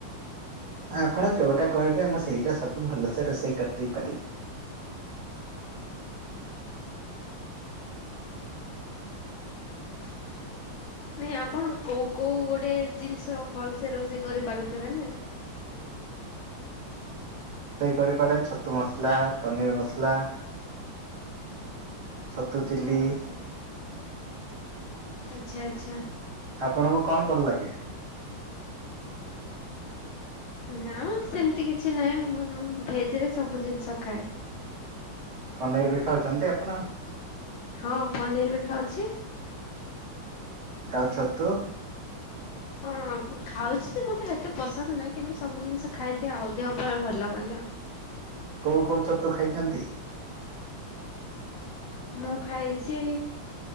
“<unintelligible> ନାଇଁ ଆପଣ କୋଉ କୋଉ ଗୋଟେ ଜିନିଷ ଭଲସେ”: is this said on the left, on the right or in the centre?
Left